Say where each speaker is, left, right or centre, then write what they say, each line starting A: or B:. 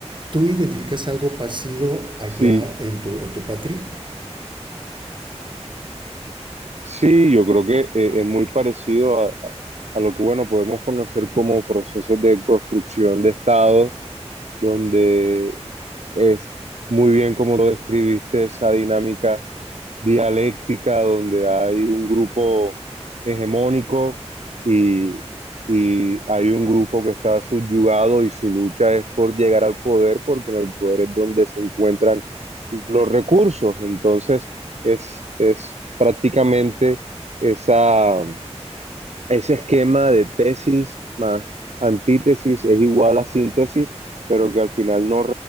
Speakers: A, on the right; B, on the right.
A: ¿Tú identificas algo parecido allá
B: sí,
A: en tu, en tu patria?
B: sí, yo creo que eh, es muy parecido a, a lo que, bueno, podemos conocer como procesos de construcción de Estado donde es muy bien como lo describiste, esa dinámica dialéctica donde hay un grupo hegemónico y, y hay un grupo que está subyugado y su lucha es por llegar al poder, porque en el poder es donde se encuentran los recursos. Entonces, es, es prácticamente esa ese esquema de tesis más antítesis es igual a síntesis, pero que al final no